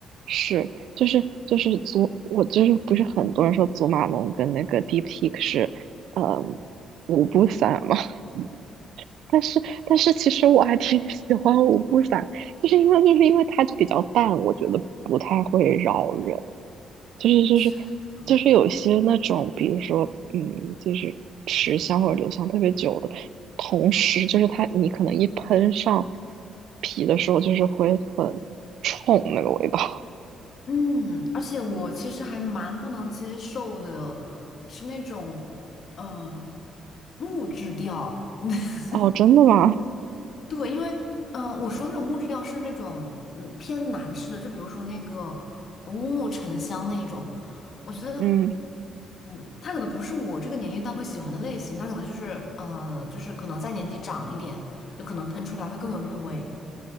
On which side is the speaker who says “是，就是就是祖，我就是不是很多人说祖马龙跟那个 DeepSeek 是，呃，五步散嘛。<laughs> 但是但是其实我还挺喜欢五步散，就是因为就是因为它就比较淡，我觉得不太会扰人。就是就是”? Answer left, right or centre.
Right